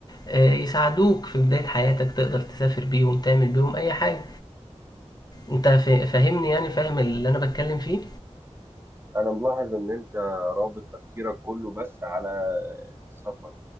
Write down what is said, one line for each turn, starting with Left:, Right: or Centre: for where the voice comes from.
Left: آه، يساعدوك في بداية حياتك تقدر تسافر بيهم تعمل بيهم أي حاجة أنت فا- فاهمني يعني فاهم اللي أنا بتكلم فيه
Right: انا ملاحظ ان انت رابط تفكيرك كله بس على السفر